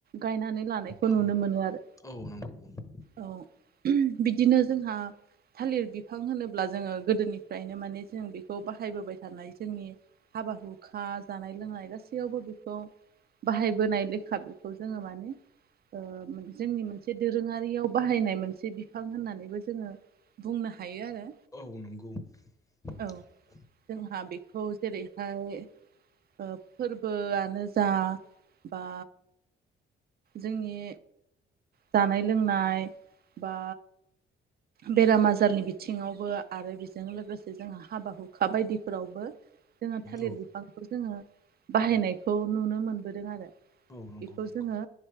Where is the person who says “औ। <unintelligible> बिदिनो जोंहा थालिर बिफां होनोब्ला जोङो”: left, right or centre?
Right